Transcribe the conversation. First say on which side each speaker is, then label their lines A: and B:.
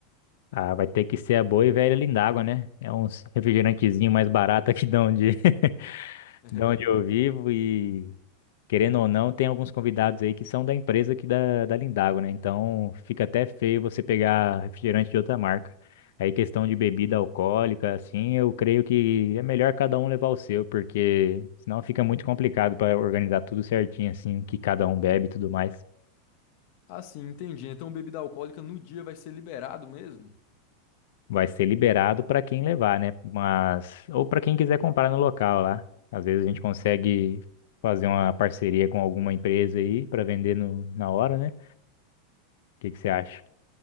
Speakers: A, on the left; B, on the left.
A: Ah, vai ter que ser a boa e velha Lindágua, né? É uns refrigerantezinho mais barato <laughs> aqui de onde, <laughs>
B: <laughs>
A: de
B: É.
A: onde eu vivo e, querendo ou não, tem alguns convidados aí que são da empresa aqui da, da Lindágua, né? Então fica até feio você pegar refrigerante de outra marca. Aí questão de bebida alcoólica, assim, eu creio que é melhor cada um levar o seu, porque senão fica muito complicado para organizar tudo certinho, assim, o que cada um bebe e tudo mais.
B: Ah, sim, entendi. Então, bebida alcoólica no dia vai ser liberado mesmo?
A: vai ser liberado para quem levar, né? Mas ou para quem quiser comprar no local lá. Às vezes a gente consegue fazer uma parceria com alguma empresa aí para vender no, na hora, né? O que que você acha?